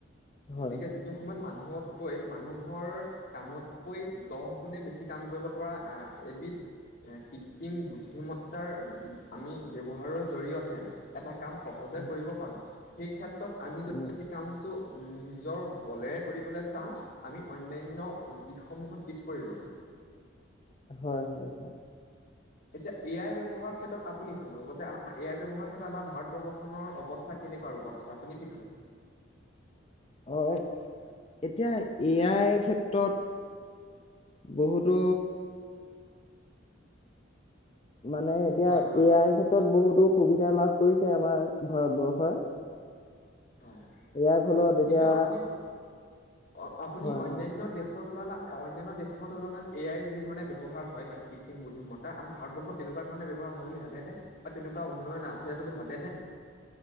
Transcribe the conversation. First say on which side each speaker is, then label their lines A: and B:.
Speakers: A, on the left (about 30°); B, on the left (about 50°).
A: হয়
B: গতিকে
A: হয়,
B: যিটো সময়ত মানুহতকৈ মানুহৰ কামতকৈ দহ গুণে বেছি কাম কৰিব পৰা এবিধ কৃত্ৰিম বুদ্ধিমতাৰ আমি ব্যৱহাৰ ৰ জৰিয়তে এটা কাম সহজে
A: উম।
B: কৰিব পাৰো। সেই ক্ষেত্ৰত আমি
A: উম,
B: যদি সেই কাম তো নিজৰ বলেৰে কৰিবলৈ চাওঁ আমি অন্যান্য দিশসমূহত পিছ পৰি ৰ'ম।
A: হয়, হয়, হয়।
B: এতিয়া এ আই ব্যৱহাৰ ক্ষেত্ৰত আপুনি কি ক'ব যে আমাৰ এ আই ব্যৱহাৰ ক্ষেত্ৰত আমাৰ ভাৰতবৰ্ষ খনৰ অৱস্থা কেনেকুৱা ৰূপত আছে আপুনি কি ভাবে?
A: হয়, এতিয়া এ আইৰ ক্ষেত্ৰত বহুতো মানে এতিয়া
B: হয়
A: এ'
B: হয়
A: আই ক্ষেত্ৰত বহুতো সুবিধা লাভ কৰিছে আমাৰ ভাৰতবৰ্ষই।
B: হয়,
A: ইয়াৰ ফলত এতিয়া
B: কিন্তু আপুনি অ' আপুনি
A: হয়
B: অন্যান্য
A: হয়
B: দেশৰ তুলনাত অন্যান্য দেশৰ তুলনাত এ' আইৰ যি ধৰণে ব্যৱহাৰ হয় মানে কৃত্ৰিম বুদ্ধিমত্তা, আমি ভাৰতবৰ্ষত তেনেকুৱা ধৰণে ব্যৱহাৰ হয় বুলি ভাবেনে, বা তেনেকুৱা উন্নয়ন আছে বুলি ভাবেনে?